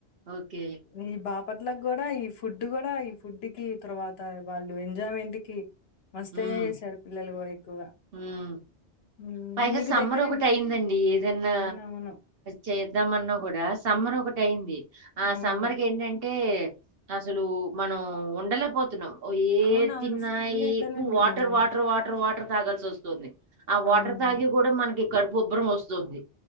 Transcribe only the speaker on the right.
ఓకే.
హ్మ్.
హ్మ్.
పైగా
సమ్మర్
ఒకటి అయిందండి ఏదన్నా
చేద్దామన్నా కూడా సంమ్మరం ఒకటియింది ఆ
సమ్మర్ క ఏంటంటే అసలు మనం ఉండలేకపోతున్నాం ఏ
తిన్నా
ఏ
ఎక్కువ వాటర్
వాటర్ వాటర్ వాటర్ తాగాల్సి వస్తుంది ఆ వాటర్
తాగి కూడా మనకి కడుపు ఉబ్బరం వస్తుంది